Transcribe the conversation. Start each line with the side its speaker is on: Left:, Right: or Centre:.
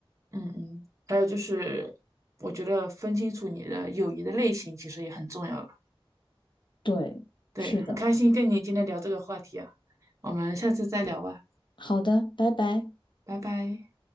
Right: 嗯嗯，还有就是，我觉得分清楚你的友谊的类型其实也很重要了。
Left: <laughs> 对，
Right: 对，
Left: 是的，
Right: 很开心跟你今天聊这个话题啊，我们下次再聊吧，
Left: 好的，拜拜。
Right: 拜拜。